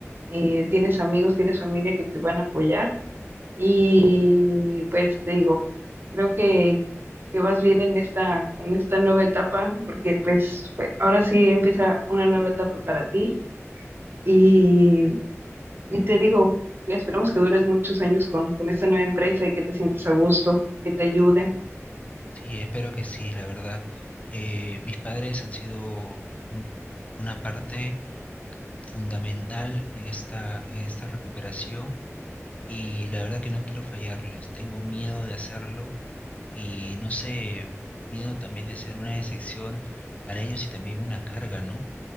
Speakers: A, on the right; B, on the left.
A: Eh, tienes amigos, tienes familia que te van a apoyar. Y pues te digo, creo que, que vas bien en esta, en esta nueva etapa, porque pues fue- ahora sí empieza una nueva etapa para ti. Y, y te digo, esperamos que dures muchos años con, con esta nueva empresa y que te sientas a gusto, que te ayuden.
B: Sí, espero que sí, la verdad. Eh, mis padres han sido un- una parte fundamental en esta, en esta recuperación y la verdad que no quiero fallarles. Tengo miedo de hacerlo y no sé, miedo también de ser una decepción para ellos y también una carga, ¿no?